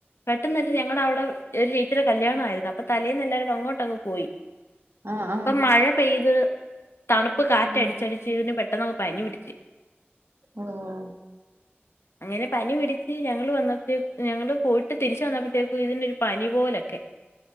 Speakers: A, on the left (about 85°); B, on the right (about 80°).
A: പെട്ടെന്ന് ഒരീസം ഞങ്ങഡാവിടെ ഒരു ചേച്ചിടെ കല്യാണആയിരുന്നു അപ്പൊ തലേന്ന് എല്ലാരുടെ അങ്ങോട്ട അങ്ങ് പോയി
B: ആഹ് ആഹ്
A: അപ്പ മഴ പെയ്ത് തണുപ്പ് കാറ്റടിച്ചടിച്ച്
B: ആഹ്
A: ഇവെന് പെ പെട്ടന്നങ്ങ് പനി പിടിച്ച്.
B: ആഹ്
A: അങ്ങനെ പനി പിടിച്ച് ഞങ്ങള് വന്നപ്പയേ, ഞങ്ങള് പോയിട്ട് തിരിച്ച് വന്നപ്പഴത്തേക്കും ഇതിനൊരു പനി പോലൊക്കേ.